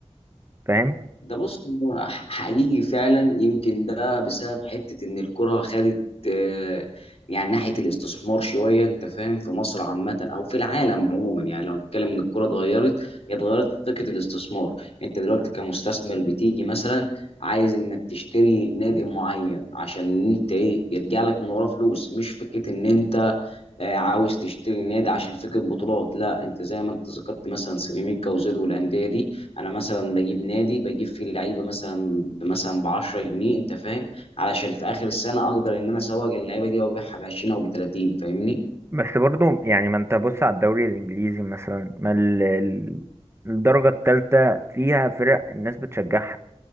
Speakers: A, on the right (about 25°); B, on the left (about 60°).
A: فاهم
B: ده بص هو ح- حقيقي فعلا يمكن ده بسبب حتة ان الكرة خدت آه، يعني ناحية الاستثمار شوية انت فاهم في مصر عامة او في العالم عموما يعني لو هنتكلم ان الكرة اتغيرت هي اتغيرت في فكرة الاستثمار انت دلوقتي كمستثمر بتيجي مثلا عايز انك تشتري نادي معين عشان انت ايه يرجع لك من وراه فلوس مش فكرة ان انت آه، عاوز تشتري نادي عشان فكره بطولات لا انت زي ما انت ذكرت مثلا سيراميكا وزد والانديه دي انا مثلا بجيب نادي بجيب فيه اللعيبه مثلا مثلا ب 10 جنيه انت فاهم علشان في اخر السنه اقدر ان انا اسوق اللعيبه دي وابيعها ب 20 او ب 30 فاهمني
A: بس برضو يعني ما انت بص على الدوري الانجليزي مثلا ما ال... ال- الدرجه الثالثه فيها فرق الناس بتشجعها